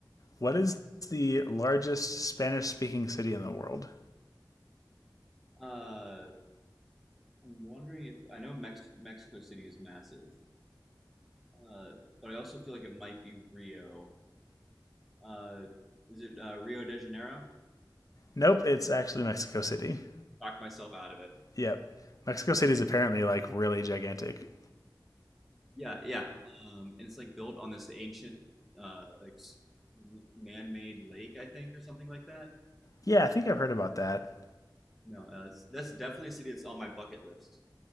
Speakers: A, on the left; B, in the centre.
A: what is the largest Spanish-speaking city in the world?
B: Uh, I'm wondering if I know Mex- Mexico City is massive, uh, but I also feel like it might be Rio. Uh, is it uh, Rio de Janeiro?
A: Nope, it's actually Mexico City.
B: Talked myself out of it.
A: Yep, Mexico City is apparently like really gigantic.
B: Yeah, yeah. Um, and it's like built on this ancient, uh, like s- m- man-made lake, I think, or something like that.
A: Yeah, I think I've heard about that.
B: No, uh, it's, that's definitely a city that's on my bucket list.